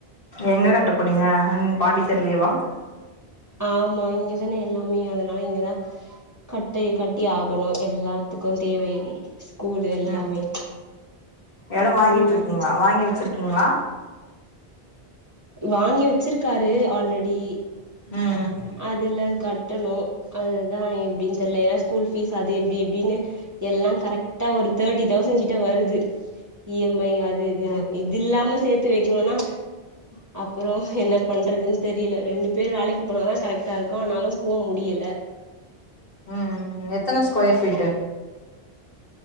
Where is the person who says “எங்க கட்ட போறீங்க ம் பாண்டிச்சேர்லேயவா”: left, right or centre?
Left